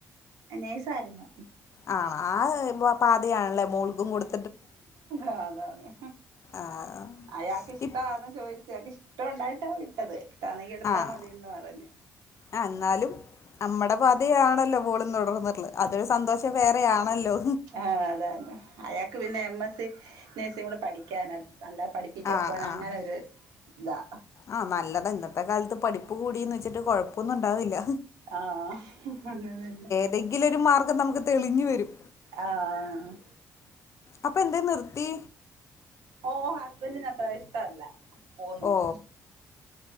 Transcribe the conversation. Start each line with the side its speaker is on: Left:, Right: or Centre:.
Right: നേഴ്സായിരുന്നു
Left: ആ ആഹ് പാതയാണല്ലേ മോൾക്കും കൊടു
Right: അതെ അതെ അതെ
Left: ആഹ്
Right: അയാൾക്ക് ഇഷ്ടമാന്ന്
Left: ഇപ്
Right: ചോയിച്ച അയാക്ക് ഇഷ്ടം ഉണ്ടായിട്ടാ വി ട്ടത് വേണങ്കിൽ എടുത്താ
Left: ആഹ്
Right: മതിയന്ന് പറഞ്ഞ്
Left: ആഹ് എന്നാലും നമ്മടെ പാതയാണല്ലോ മോളും തുടർന്നിട്ടുള്ളത് അതൊരു സന്തോഷം വേറെ ആണല്ലോ
Right: ആഹ് അതെ അതെ അയാ ക്ക് പിന്നെ എം എസ് സി നേഴ്സി കൂടെ പഠിക്കാനാ അല്ലാ പഠിപ്പിക്കാൻ
Left: ആഹ്
Right: പോവാൻ അങ്ങനെ
Left: ആഹ്
Right: ഒരു ന്താ
Left: ആഹ് നല്ലതാ ഇന്നത്തെ കാലത്ത് പഠിപ്പ് കൂടീന്ന് വെച്ചിട്ട് കൊഴപ്പൊന്നും ഉണ്ടാവില്ല
Right: ആഹ് അതെ അതന്നെ
Left: എന്തെങ്കിലും ഒരു മാർഗം നമുക്ക് തെളിഞ്ഞു വരും
Right: ആഹ്
Left: അപ്പൊ എന്തേ നിർത്തി
Right: ഓഹ് ഹസ്ബന്റിന് അത്ര ഇഷ്ടമല്ല പോവുന്നത്
Left: ഓ